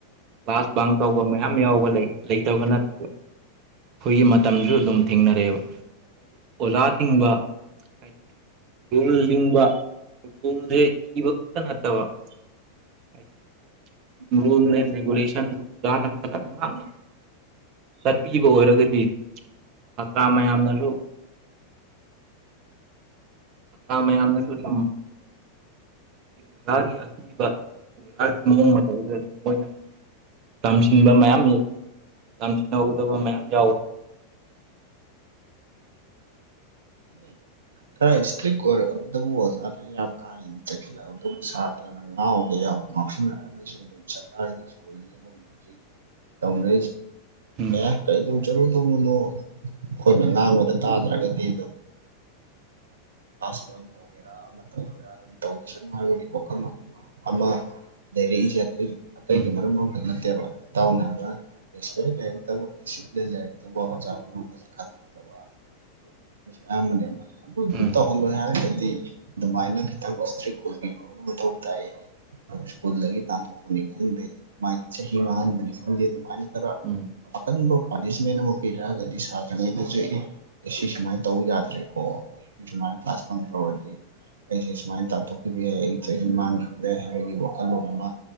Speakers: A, on the right; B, on the right.
A: ꯀ꯭ꯂꯥꯁ ꯕꯪ ꯇꯧꯕ ꯃꯌꯥꯝ ꯌꯥꯎꯕ ꯂꯩ, ꯂꯩꯇꯕ ꯅꯠꯇꯦꯕ꯫ ꯑꯩꯈꯣꯏꯒꯤ ꯃꯇꯝꯁꯨ ꯑꯗꯨꯝ ꯊꯦꯡꯅꯔꯛꯑꯦꯕ꯫ ꯑꯗꯨꯕꯨ ꯑꯣꯖꯥ ꯂꯤꯡꯕ ꯍꯥꯏꯗꯤ ꯔꯨꯜ ꯏꯤꯡꯕ ꯔꯨꯜꯁꯦ ꯏꯕ ꯈꯛꯇ ꯅꯠꯇꯕ ꯍꯥꯏꯗꯤ
B: ꯎꯝ
A: ꯔꯨꯜ ꯑꯦꯟ ꯔꯦꯒꯨꯂꯦꯁꯟꯖꯅ ꯐꯖ ꯅꯪ ꯂꯪꯅ ꯆꯠꯄꯤꯕ ꯑꯣꯏꯔꯒꯗꯤ ꯍꯇ꯭ꯔꯥ ꯃꯌꯥꯝꯅꯁꯨ ꯑ ꯃ ꯑꯝꯃꯦ ꯆꯨꯁꯝ ꯎꯖꯥꯒꯤ ꯑꯀꯤꯕ ꯎꯖꯥꯒꯤ ꯃꯑꯣꯡ ꯃꯇꯧꯗꯨꯗ ꯑꯗꯨꯝ ꯃꯣꯏꯅ ꯇꯝꯁꯤꯟꯕ ꯃꯌꯥꯝ ꯇꯝꯁꯤꯟꯍꯧꯒꯗꯕ ꯃꯌꯥꯝ ꯌꯥꯎꯔꯦ
B: ꯈꯔ ꯏꯁꯇ꯭ꯔꯤꯛ ꯑꯕꯗꯖꯥ ꯀꯥ ꯆꯂ ꯁꯥ ꯉꯥꯎꯕꯒ ꯌꯥꯎ ꯉꯥꯎꯁꯤꯟꯅꯔꯒꯁꯨ ꯑꯗꯨꯝ ꯁꯔꯀꯥꯔꯒꯤ ꯁꯀꯨꯜꯗ ꯑꯗꯨꯝ ꯇꯁ
A: ꯎꯝ
B: ꯑꯦ ꯀꯩꯗꯧꯖꯔꯨ ꯇꯣꯡꯉꯨꯅꯣ ꯑꯩꯈꯣꯏꯅ ꯉꯥꯡꯕꯗ ꯇꯥꯗ꯭ꯔꯒꯗꯤ ꯔꯥꯥꯁꯕꯪꯣꯡꯒꯦꯔ ꯈ ꯑꯗꯨꯝ ꯇꯧꯖꯁꯅꯨ ꯍꯥꯏꯕꯒꯤ ꯋꯥꯈꯜꯂꯣꯟ ꯑꯃ ꯂꯩꯔꯛꯏꯁꯦ ꯑꯇꯩ ꯑꯇꯩꯒꯤ
A: ꯎꯝ
B: ꯃꯔꯨꯝ ꯑꯃꯇ ꯅꯠꯇꯦꯕ ꯇꯥꯎꯅꯕ ꯔꯦꯁꯄꯦꯛ ꯂꯩꯔꯛꯇꯕ ꯗꯤꯁꯤꯄ꯭ꯂꯤꯟ ꯂꯩꯔꯛꯇꯕ ꯑꯣꯖꯥ ꯒꯨꯔꯨꯒꯁꯦ ꯈꯟꯗꯛꯇꯕ ꯇ ꯃꯅꯤ
A: ꯎꯝ
B: ꯇꯧꯍꯜꯂꯣꯏ ꯍꯥꯏꯔꯒꯗꯤ ꯑꯗꯨꯃꯥꯏꯅ ꯈꯤꯇꯪ ꯏꯁꯇ꯭ꯔꯤꯛ ꯑꯣꯏꯕꯤꯕ ꯃꯊꯧ ꯇꯥꯏ ꯁ꯭ꯀꯨꯜꯗꯒꯤ ꯇꯥꯟꯊꯣꯛꯄꯅꯤ ꯈꯪꯗꯦ ꯃꯥꯒꯤ ꯆꯍꯤ ꯃꯥꯡꯍꯟꯕꯅꯤ ꯐꯐꯝꯗꯤꯦ ꯑꯗꯨꯃꯥꯏꯅ ꯈꯔꯀꯅꯤꯡꯕꯣ
A: ꯎꯝ
B: ꯄꯥꯅꯤꯁꯃꯦꯟ ꯑꯃ ꯄꯤꯔꯛꯑꯒꯗꯤ ꯁꯥ꯭ꯔꯉꯩꯗ ꯆꯏ ꯑꯁꯤ ꯁꯨꯃꯥꯏꯅ ꯇꯧꯕ ꯌꯥꯗ꯭ꯔꯦꯀꯣ ꯃꯥ ꯐꯥꯁ ꯐ ꯐꯗꯤ ꯑꯩꯁꯦ ꯁꯨꯃꯥꯏꯅ ꯇꯥꯟꯊꯣꯛꯈꯤꯕ ꯌꯥꯏ ꯑꯩ ꯆꯍꯤ ꯃꯥꯡꯈꯤꯕ ꯌꯥꯏ ꯍꯥꯏꯕꯒꯤ ꯋꯥꯈꯜꯂꯣꯟ ꯑꯃ